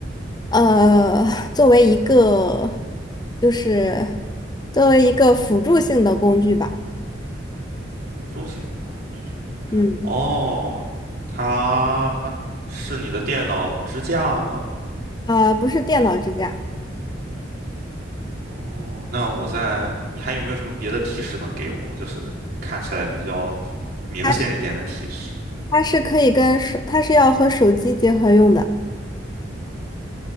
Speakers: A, on the left; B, on the right.
A: 呃，<laughs> 作为一个，就是作为一个辅助性的工具吧。
B: 辅助性的功能。
A: 嗯，
B: 哦，它是你的电脑支架吗？
A: 呃，不是电脑支架，
B: 哦，那我在，你还有没有什么别的提示能给我？就是看起来比较明显一点的提示。
A: 它它是可以跟手，它是要和手机结合用的。